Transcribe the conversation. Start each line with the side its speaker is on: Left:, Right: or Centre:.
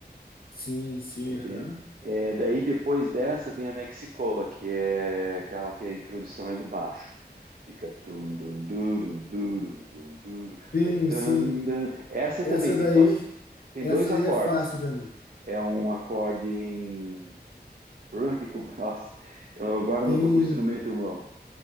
Left: Sim, sim,
Right: entende?
Left: aham.
Right: É, daí depois dessa vem a Mexicola, que é aquela que a introdução é do baixo. Fica tum dum durum durum dum duro,
Left: Sim,
Right: daí tum,
Left: sim.
Right: dum. Essa
Left: Essa
Right: também tem
Left: daí,
Right: só tem
Left: essa
Right: dois acordes.
Left: daí é fácil também.
Right: É um acorde em o problema é que com- <laughs> nossa, eu agora
Left: Em,
Right: não estou com o instrumento em mão.